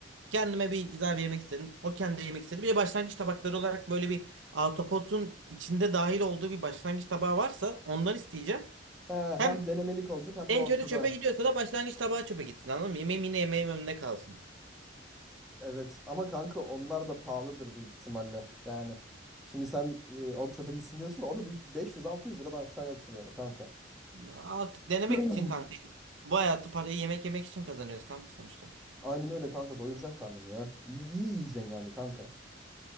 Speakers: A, on the right; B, in the centre.
A: Kendime bir güzel bir yemek istedim. O kendi yemek istedi. Bir de başlangıç tabakları olarak böyle bir ahtapotun içinde dahil olduğu bir başlangıç tabağı varsa ondan isteyeceğim.
B: He,
A: Hem
B: hem denemelik olacak hem
A: en
B: de ortada.
A: kötü çöpe gidiyorsa da başlangıç tabağı çöpe gitsin anladın mı? Yemeğim yine yemeğim önünde kalsın.
B: Evet ama kanka onlar da pahalıdır büyük ihtimalle. Yani şimdi sen e, o çöpe gitsin diyorsun da o da büyük 500-600 liradan aşağı yoktur yani kanka.
A: Artık denemek
B: <clears throat>
A: için kanka. Bu hayatı parayı yemek yemek için kazanıyoruz kanka sonuçta.
B: Aynen öyle kanka doyuracaksın karnını ya. İyi, iyi yiyeceksin yani kanka.